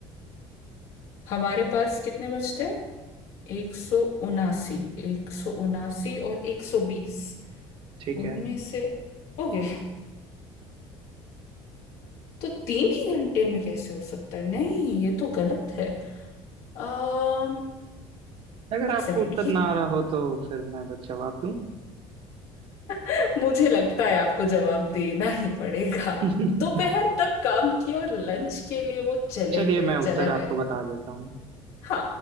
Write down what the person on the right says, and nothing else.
ठीक
है
अगर
आपको
उत्तर
ना आ रहा हो तो फिर मैं बस जवाब दूं
<laughs>
चलिए
मैं
उत्तर
आपको बता देता हूँ